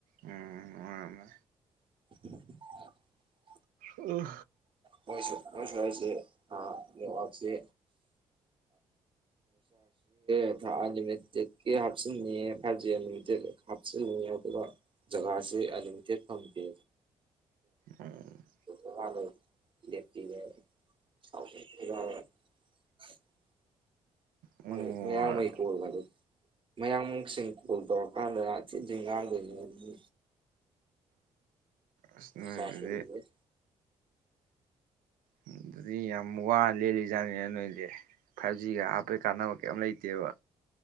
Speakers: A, on the right; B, on the right.
A: ꯎꯝ ꯑꯣꯃ
B: <inaudible>
A: ꯎ
B: ꯍꯧꯣꯏꯁꯨ ꯑꯣꯏ ꯁ ꯍꯥꯏꯥꯏꯁ ꯅ ꯋꯥꯕꯁꯤ ꯎꯣ ꯑ ꯑꯂꯤꯃꯤꯇꯦꯀꯤ ꯍꯥꯞꯁꯤꯅꯤ ꯐꯥꯏꯚ ꯇꯦ ꯍꯥꯞ ꯑꯗꯨꯒ ꯖꯒꯥꯁꯤ ꯑꯟꯂꯤꯃꯤꯇꯦꯠ ꯐꯪꯗꯦ
A: ꯎꯝ
B: ꯋꯥꯦꯤ
A: ꯑꯣ
B: ꯃ ꯃꯌꯥꯡꯂꯃꯩ ꯀꯔ ꯃ ꯑꯗꯨ ꯃꯌꯥꯡꯃꯁꯤꯡ ꯀꯣꯜ ꯇꯧꯔꯀꯥꯟꯗ ꯆꯤꯖꯤꯡ ꯉꯥꯏꯗꯣꯏꯅꯦ
A: ꯗꯤ
B: ꯔꯤꯆꯥꯔꯖ ꯇꯧꯔꯤꯉꯩ
A: ꯎꯝ ꯑꯗꯨꯗꯤ ꯌꯥꯝ ꯋꯥꯅ ꯂꯦꯜꯂꯤꯖꯥꯠꯅꯤꯅ ꯅꯣꯏꯁꯦ ꯐꯥꯏꯚ ꯖꯤꯒ ꯍꯥꯞꯄꯩ ꯀꯥꯟꯅꯕ ꯀꯩ ꯂꯩꯇꯦꯕ